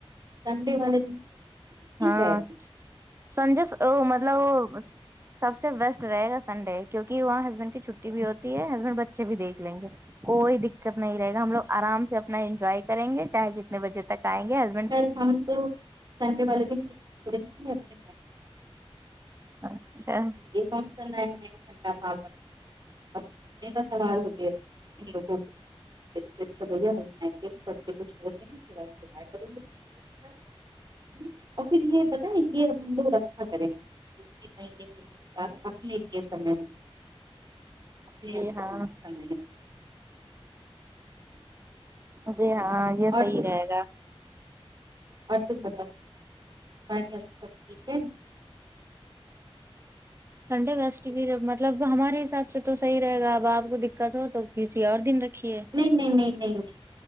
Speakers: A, on the right; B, on the right.
A: سنڈے والے دن ٹھیک
B: ہاں
A: ہے
B: سنجے س ا مطلب وہ سب سے بیسٹ رہے گا سنڈے کیونک کہ وہاں ہسبینڈ کی چھٹی بھی ہوتی ہے ہسبینڈ بچے بھی دیکھ لیں گے کوئی دیکت نہیں رہے گا ہم لوگ آرام سے اپنا انجوائے کریں گے چاہے جتنے بجے تک آئیں گے حس
A: س ہم تو سنڈے والے دن کی سیرت کے
B: اچھا
A: یہ کام س کھڈاالنے کا سوال ہو گیا ان لوگوں سب سے اچھا لگا کے بچے کچھ بلو گے زارا چوبھڈو <unintelligible> اور پھر یہ پتاہ یں یہ ہم لوگ رکھا کریں دو تین مہینے میں ایک بار اپنے لئے <unintelligible> اپنے
B: جی
A: آپ
B: ہاں
A: س میں نے
B: جی ہاں یہ
A: اور
B: صحیح
A: تم
B: رہے گا
A: اور تم بتاؤ <unintelligible> سب ٹھیک ہے
B: سنڈے بیسٹ بھی مطلب ہمارے حساب سے تو صحیح رہے گا اب آپ کو دکت ہو تو کسی اور دن رکھیے
A: نہیں نہیں نہیں نہیں نہیں